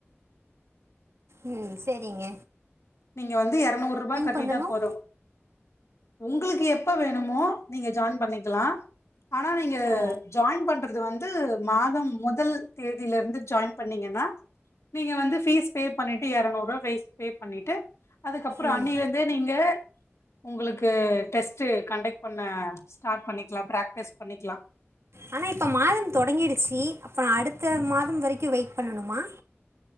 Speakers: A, on the right; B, on the left.
A: ம் சேரிங்க
B: நீங்க வந்து எரநூறுரூவா கட்டிட்டா
A: பண்ணணும்
B: போது உங்களுக்கு எப்ப வேணுமோ நீங்க ஜாயின் பண்ணிக்கலா ஆனா நீங்க
A: ஓ
B: ஜாயின் பண்றது வந்து மாதம் முதல் தேதியிலிருந்து ஜாயின் பண்ணீங்கன்னா நீங்க வந்து ஃபீஸ் பே பண்ணிட்டு இரநூறுரூவா ஃபீஸ் பே பண்ணிட்டு அதுக்கப்றோ
A: ம்
B: அந்நீலர்ந்தே நீங்க உங்களுக்கு டெஸ்ட் கண்டக்ட் பண்ண ஸ்டார்ட் பண்ணிக்கலா பிராக்டிஸ் பண்ணிக்கலா
A: ஆனா இப்ப மாதம் தொடங்கிடுச்சி அப்ப அடுத்த மாதம் வரைக்கு வெயிட் பண்ணணுமா